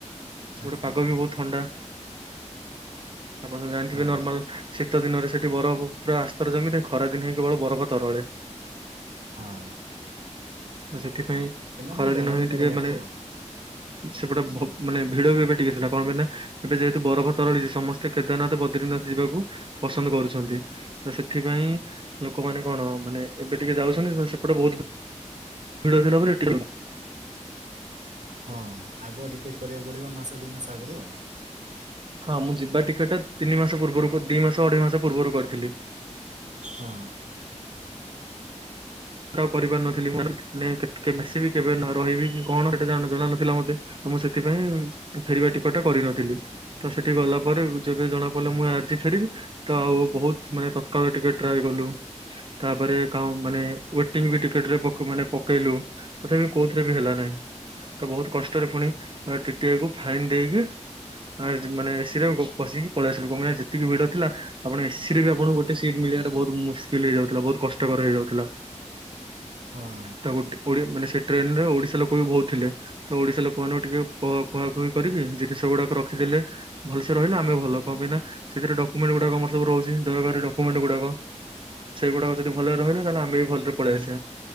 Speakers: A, on the right; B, on the right.
A: ସେପଟେ
B: ଆଚ୍ଛା
A: ପାଗ
B: ଆଚ୍ଛା
A: ବି ବହୁତ ଥଣ୍ଡା। ଆପଣ ତ ଜାଣିଥିବେ
B: ହଁ
A: ନର୍ମାଲ, ଶୀତଦିନରେ ସେଠି ବରଫ ପୁରା ଆସ୍ତର ଜମିଥାଏ, ଖରାଦିନେ ହିଁ କେବଳ ବରଫ ତରଳ ଳେ।
B: ହଁ।
A: ତ ସେଥିପାଇଁ, ଖରାଦିନ
B: ବି ଜଣା ବି
A: ହିଁ
B: ପଡ଼ୁନଥିବ
A: ଟିକେ ମାନେ
B: ଆଉ।
A: ସେପଟେ ଭ ମାନେ ଭିଡ ବି ଏବେ ଟିକେ ଥିଲା। କଣ ପାଇଁ ନା? ଏବେ ଯେହେତୁ ବରଫ ତରଳିଛି ସମସ୍ତେ କେଦାରନାଥ, ବଦ୍ରି ଦିନରାତି ଯିବାକୁ ପସନ୍ଦ କରୁଛନ୍ତି। ତ ସେଥିପାଇଁ, ଲୋକମାନେ କଣ ମାନେ ଏବେ ଟିକେ ଯାଉ ଯାଉଛନ୍ତି, ତ ସେପଟେ ବହୁତ ଭିଡ଼ ନକରି ଏଠିକି
B: ହଁ ଆଗୁଆ ଟିକେଟ୍ କରିବାକୁ ପଡ଼ିବ, ମାସେ ଦୁଇ ମାସ ଆଗୁରୁ ଆଉ।
A: ହଁ ମୁଁ ଯିବା ଟିକେଟଟା ତିନି ମାସ ପୂର୍ବରୁ, ଦି ମାସ ଅଢ଼େଇ ମାସ ପୂର୍ବରୁ କରିଥିଲି।
B: ହଁ।
A: କାହାକୁ କରିପାରିନଥିଲି ମୁଁ କାଇଁନା ସେତେବେଳେ <unintelligible> ସେଇ କେବେ ନ ରହିବି କି କଣ ସେଟା ଜଣା ନଥିଲା ମତେ। ମୁଁ ସେଥିପାଇଁ, ଫେରିବା ଟିକଟଟା କରିନଥିଲି। ତ ସେଠିକି ଗଲାପରେ, ଯେବେ ଜଣା ପଡ଼ିଲା
B: ଆଚ୍ଛା
A: ମୁଁ ଆଜି
B: ଆଚ୍ଛା।
A: ଫେର ରିବି, ତ ଆଉ ବହୁତ ମାନେ ତତ୍କାଳ ଟିକେଟ୍ ଟ୍ରାଏ କଲୁ, ତାପରେ କାଉଁ ମାନେ ୱେଟିଂ ବି ଟିକେଟରେ ପକେ ମାନେ ପକେଇଲୁ, ତଥାପି କୋଉଥିରେ ବି ହେଲା ନାହିଁ। ତ ବହୁତ କଷ୍ଟରେ ଫୁଣି, ଟି ଟି ଆଇ କୁୁ ଫାଇନ ଦେଇକି ଆଜି ମାନେ ଏସିରେ ପ-ପଶିକି ପଳେଇ ଆସିଲୁ। କଣ ପାଇଁ ନା, ଯେତିକି ଭିଡ ଥିଲା, ଆପଣ ଏସିରେ ବି ଆପଣଙ୍କୁ ଗୋଟେ ସିଟ୍ ମିଳି ଳିବାଟା ବହୁତ ମୁସ୍କିଲ ହେଇଯାଉଥିଲା, ବହୁତ କଷ୍ଟକର ହେଇଯାଉଥିଲା।
B: ହଁ
A: ତାକୁ ଟିକ ଓଡ଼ିଆ ମାନେ ସେ ଟ୍ରେନରେ ଓଡିଶା ଲୋକ ବି ବହୁତ ଥିଲେ। ତ ଓଡିଶା ଲୋକମାନଙ୍କୁ ଟିକେ କ କୁହା କୁହି କରିକି, ଜିନିଷ ଗୁଡାକ ରଖିଦେଲେ, ଭଲସେ ରହିଲେ ଆମେ ଭଲ। କଣ ପାଇଁ ନା, ସେଥିରେ ଡକ୍ୟୁମେଣ୍ଟ ଗୁଡାକ ଆମର ସବୁ ରହୁ ହୁଚି ଦରକାରୀ ଡକ୍ୟୁମେଣ୍ଟ ଗୁଡ଼ାକ। ସେଇ ଗୁଡ଼ାକ ଯଦି ଭଲରେ ରହିଲା, ତାହେଲେ ଆମେ ବି ଭଲରେ ପଳେଇ ଆସିଆ।